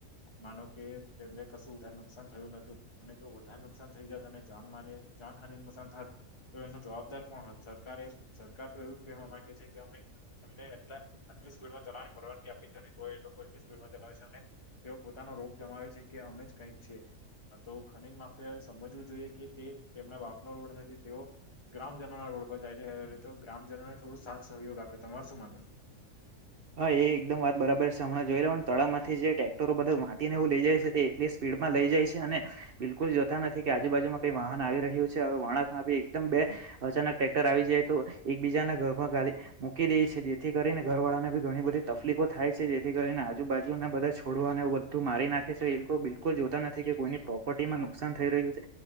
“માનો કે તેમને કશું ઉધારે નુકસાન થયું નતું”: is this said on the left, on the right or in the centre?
Left